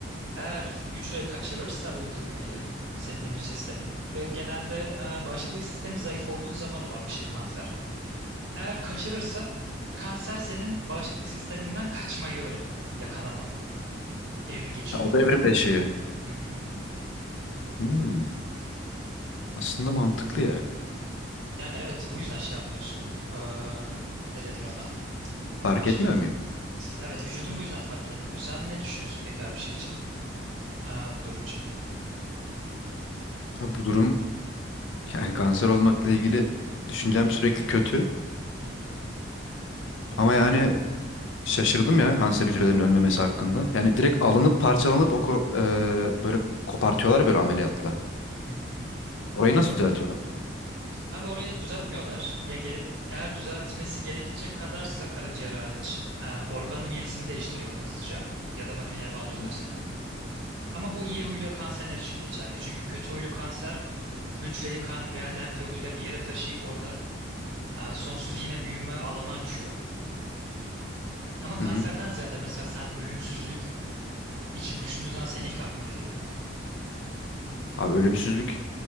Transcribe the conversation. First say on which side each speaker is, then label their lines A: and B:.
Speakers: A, on the right; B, on the left.
A: eğer hücre kaçırırsa öldürmeyi senin immün sistemin ve genelde e, bağışıklık sistemi zayıf olduğu zaman olan bir şey kanser. Eğer kaçırırsa kanser senin bağışıklık sisteminden kaçmayı öğreniyor, yakalanmamayı. Evrim geçiriyor
B: Ha, o
A: bir
B: da
A: nevi.
B: evrimleşiyor.
A: Hı hı.
B: Hmm, aslında mantıklı ya.
A: Yani evet bu yüzden şey yapmıyorsun. Ee, ne denir ona?
B: Fark
A: Kaç
B: etmiyor
A: bir-
B: muyum?
A: Evet vücudun bu yüzden fark etmiyor. Sen ne düşünüyorsun peki abi şey için? Aa, bu durum için.
B: Ha, bu durum yani kanser olmakla ilgili düşüncem sürekli kötü.
A: Hı hı.
B: Ama yani şaşırdım ya kanser hücrelerinin ölmemesi hakkında. Yani direkt alınıp parçalanıp o ko- eee, böyle kopartıyorlar ya böyle ameliyatla.
A: Hı hı.
B: Orayı
A: Evet.
B: nasıl düzeltiyorlar?
A: Abi orayı düzeltmiyorlar. Ya gerek eğer düzeltmesi gerekecek kadarsa karaciğer hariç e, organın yenisini değiştiriyorlar hızlıca ya da makineye bağlıyorlar
B: Hı hı.
A: sana. Ama bu iyi huylu kanserler için geçerli. Çünkü kötü huylu kanser hücreyi kan veya lenf yoluyla bir yere taşıyıp orada e, sonsuz yine büyüme alanı açıyor. Ama kanserden
B: Hı hı.
A: ziyade mesela sen ölümsüzlük için düşündüğün zaman senin ilk aklına ne geliyor?
B: Abi ölümsüzlük